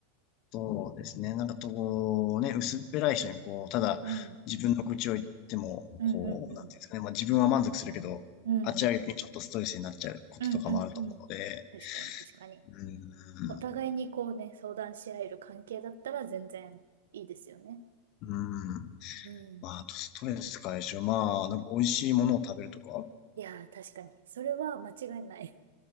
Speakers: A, on the left (about 40°); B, on the right (about 65°).
A: そうですね。なんかこう、ね、薄っぺらい人にこう、ただ自分の愚痴を言っても、
B: うん。うんうんうん。
A: こう、なんていうんですかね。まあ自分は満足するけど、
B: うん。
A: あっちは逆にちょっとストレスになっちゃうこととかもあると思うので、
B: うんうんうん。確かに確かに。
A: うーん。
B: お互いにこうね、相談し合える関係だったら全然いいですよね。
A: うーん。
B: うん。
A: まあ、あとストレス解消。まあ、なんか美味しいものを食べるとか。
B: いやー、確かに。それは間違いない。